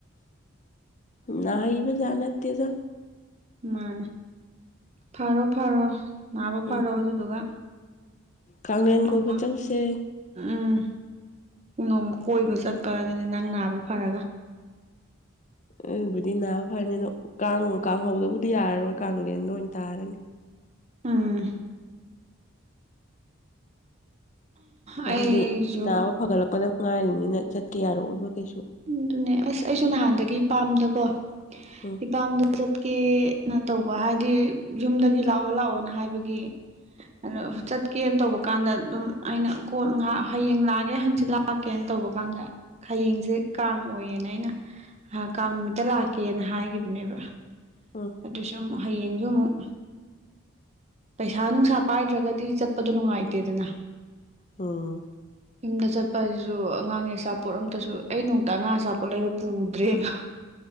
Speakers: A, on the left (about 35°); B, on the right (about 30°).
A: ꯅꯥꯍꯩꯕꯖꯥꯠ ꯅꯠꯇꯦꯗ
B: ꯃꯥꯅꯦ ꯐꯥꯔꯣ ꯐꯥꯔꯣ ꯅꯥꯕ ꯐꯔꯣ
A: ꯎꯝ
B: ꯑꯗꯨꯗꯨꯒ
A: ꯀꯥꯡꯂꯦꯟ
B: ꯅꯣꯡꯃ
A: ꯀꯣꯏꯕ ꯆꯧꯁꯦ
B: ꯎꯝ ꯅꯣꯡ ꯀꯣꯏꯕ ꯆꯠꯄ ꯑꯗꯨꯅꯤ ꯅꯪ ꯅꯥꯕ ꯐꯔꯒ
A: ꯑꯗꯨꯕꯨꯗꯤ ꯅꯥꯕ ꯐꯔꯅꯤ ꯑꯗꯣ ꯀꯥꯡ ꯀꯥꯡꯍꯧꯗꯕꯨꯗꯤ ꯌꯥꯔꯔꯣꯏ ꯀꯥꯡꯂꯦꯟꯗ ꯑꯣꯏꯅ ꯇꯥꯔꯅꯤ
B: ꯎꯝ ꯑꯩꯁꯨ
A: ꯑꯗꯨꯗꯤ ꯅꯥꯕ ꯐꯒꯠꯂꯛꯄꯗ ꯉꯥꯏꯔꯤꯅꯤꯅ ꯆꯠꯀꯦ ꯌꯥꯔꯛꯑꯣꯏꯕ ꯀꯩꯁꯨ
B: ꯑꯗꯨꯅꯦ ꯑꯁ ꯑꯩꯁꯨ ꯅꯍꯥꯟꯗꯒꯤ ꯄꯥꯝꯗꯀꯣ
A: ꯎꯝ
B: ꯏꯄꯥꯝꯗ ꯆꯠꯀꯦꯅ ꯇꯧꯕ ꯍꯥꯏꯗꯤ ꯌꯨꯝꯗꯒꯤ ꯂꯥꯛꯑꯣ ꯂꯥꯛꯑꯣꯅ ꯍꯥꯏꯕꯒꯤ ꯑꯗꯣ ꯆꯠꯀꯦꯅ ꯇꯧꯕ ꯀꯥꯟꯗ ꯑꯗꯨꯝ ꯑꯩꯅ ꯀꯣ ꯉꯥꯏꯍꯥꯛ ꯍꯌꯦꯡ ꯂꯥꯛꯑꯒꯦ ꯍꯪꯆꯤꯠ ꯂꯛ ꯂꯥꯛꯀꯦꯅ ꯇꯧꯕ ꯀꯥꯟꯗ ꯍꯌꯦꯡꯖꯦ ꯀꯥꯡ ꯑꯣꯏꯌꯦꯅ ꯑꯩꯅ ꯍꯥ ꯀꯥꯡ ꯅꯨꯃꯤꯠꯇ ꯂꯥꯛꯀꯦꯅ ꯍꯥꯏꯒꯤꯕꯅꯦꯕ
A: ꯎꯝ
B: ꯑꯗꯨꯁꯨ ꯑꯃꯨꯛ ꯍꯌꯦꯡꯁꯨ ꯑꯃꯨꯛ ꯄꯩꯁꯥ ꯅꯨꯡꯁꯥ ꯄꯥꯏꯗ꯭ꯔꯒꯗꯤ ꯆꯠꯄꯗꯣ ꯅꯨꯡꯉꯥꯏꯇꯦꯗꯅ
A: ꯎꯝ
B: ꯌꯨꯝꯗ ꯆꯠꯄ ꯑꯁꯤꯁꯨ ꯑꯉꯥꯡꯒꯤ ꯑꯆꯥꯄꯣꯠ ꯑꯝꯇꯁꯨ ꯑꯩ ꯅꯣꯡꯇ ꯑꯉꯥꯡ ꯑꯆꯥꯄꯣꯠꯂꯩꯔ ꯄꯨꯗ꯭ꯔꯦꯕ